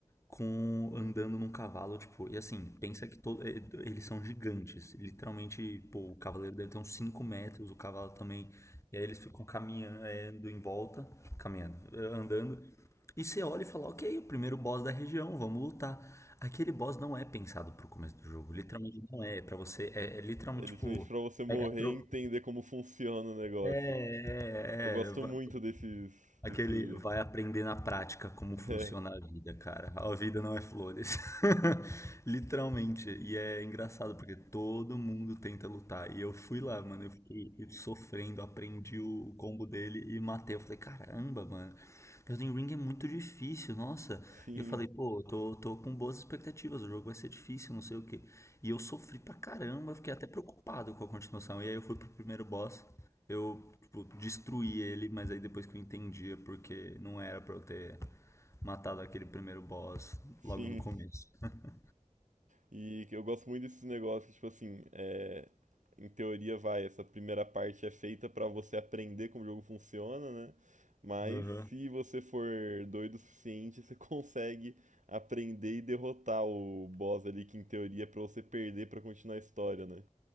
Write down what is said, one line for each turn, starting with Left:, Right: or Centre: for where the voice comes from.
Left: com andando num cavalo, tipo, e assim, pensa que todo, eh, eles são gigantes, literalmente, pô, o cavaleiro deve ter uns 5 metros, o cavalo também. E aí eles ficam caminhando eh, em volta, caminhando, eh, andando, e você olha e fala, ok, o primeiro boss da região, vamos lutar. Aquele boss não é pensado pro começo do jogo, literalmente não é. Pra você, é, é literalmente
Right: É literalmente
Left: tipo,
Right: pra você morrer
Left: pega tro...
Right: e entender como funciona o negócio.
Left: É, é,
Right: Eu gosto
Left: é, é,
Right: muito desses, desse,
Left: Aquele vai aprender na prática como
Right: <laughs>
Left: funciona
Right: é,
Left: a vida, cara. A vida não é flores. <laughs> Literalmente. E é engraçado porque todo mundo tenta lutar. E eu fui lá, mano. Eu fiquei sofrendo, aprendi o combo dele e matei. Eu falei, caramba, mano. Elden Ring é muito difícil, nossa.
Right: sim,
Left: E eu falei, pô, eu tô, tô com boas expectativas. O jogo vai ser difícil, não sei o quê. E eu sofri pra caramba. eu Fiquei até preocupado com a continuação. E aí eu fui pro primeiro boss. Eu, tipo, destruí ele, mas aí depois que eu entendia porque não era pra eu ter matado aquele primeiro boss
Right: sim.
Left: logo no começo. <laughs>
Right: E que eu gosto muito desses negócios, tipo assim, é, em teoria vai, essa primeira parte é feita pra você aprender como o jogo funciona, né? Mas
Left: Aham.
Right: se você for doido o suficiente, <laughs> você consegue aprender e derrotar o boss ali, que em teoria é pra você perder pra continuar a história, né?